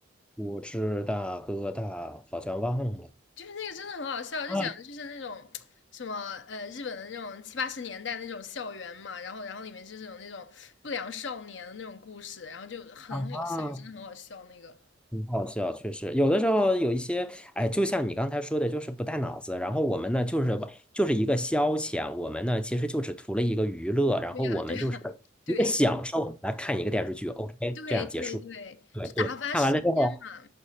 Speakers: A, in the centre; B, on the left (about 65°).
A: 我是大哥大，好像忘了。
B: 就是那个真的很好笑，
A: 啊
B: 就讲的就是那种什么呃日本的那种七八十年代那种校园嘛，然后然后里面就是有那种不良少年的那种故事，然后就很好笑，
A: 啊！
B: 真的很好笑那个。
A: 很好笑，确实有的时候有一些，哎，就像你刚才说的，就是不带脑子。然后我们呢，就是就是一个消遣，我们呢其实就只图了一个娱乐，然后我们就是一个享受来看一个电视剧，OK，
B: 对呀，对呀，对对对对对，
A: 这样结束。对对，
B: 就打发时间嘛。
A: 看完了之后，